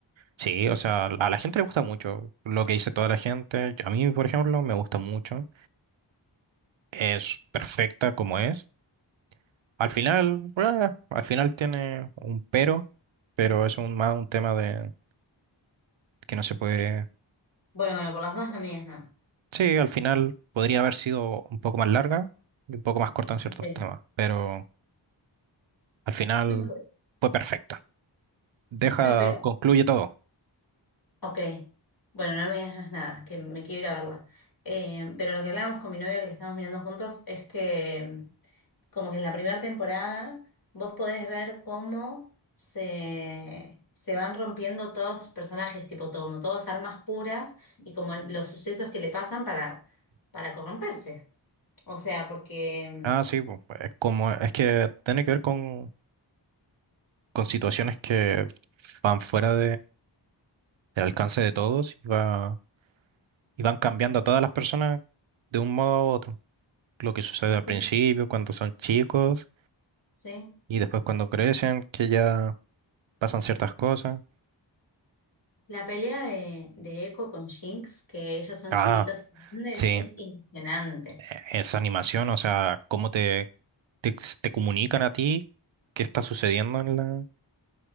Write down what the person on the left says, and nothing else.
Bueno, bueno, por las dos no me digas nada.
Ok.
No, pero-
no, pero
Ok, bueno, no me digas más nada, que me quiero ir a verla. Eh, pero lo que hablábamos con mi novio que le estamos mirando juntos es que mm, como que en la primera temporada vos podés ver cómo se, se van rompiendo todos los personajes, tipo todo, como todas almas puras y como el- los sucesos que le pasan para, para corromperse. O sea, porque mm,
Este.
sí,
la pelea de, de Echo con Jinx, que ellos son
chiquitos y grandes,
es impresionante.